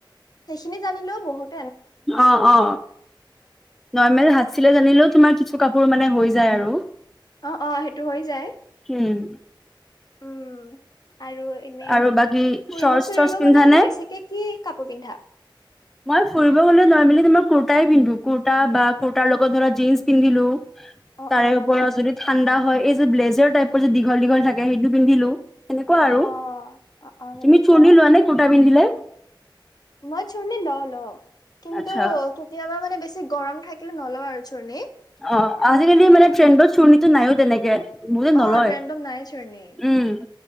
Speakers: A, on the left; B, in the centre.
A: সেইখিনি জানি ন বহুত
B: অ অ নমেল হাতছিলে জানিলো তোমাৰ কিছু কাপোৰ মানে হৈ যায় আৰু
A: অ অ সেইটো হৈ যায়
B: উম
A: উম আৰু এনে
B: আৰু বাকী
A: ফুৰিব
B: চৰ্টচ
A: চুৰিব
B: চৰ্টচ পিন্ধা
A: গলে তুমি
B: নে
A: বেছিকে কি কাপোৰ পিন্ধা
B: মই ফুৰিব গ'লে নমেলি তোমাৰ কুৰ্তাই পিন্ধো কুৰ্তা বা কুৰ্তাৰ লগত ধৰ জীন্চ পিন্ধিলো
A: অ
B: তাৰে
A: অ
B: ওপৰত যদি ঠাণ্ডা হয় এই ব্লেজৰ টাইৰ যে দীঘ দীঘল থাকে সেইটো পিন্ধিলো সেনেকুৱা
A: অ
B: আৰু
A: অ অ অ সেনেকুৱা
B: তুমি চৰ্ণি লোৱা নে কুৰ্তা পিন্ধিলে
A: মইছৰণে ল ল কিন্তু
B: আচ্ছা
A: কেতিয়াবা মানে বেছি গৰম থাকে কে নলাৰ চু নি
B: অ আজিকালি মানে ট্ৰেডৰ চু ো নাইো তেনেকে বহুতে
A: অ
B: নলয়
A: ট্ৰেনডত নাই চ্ৰণী
B: উম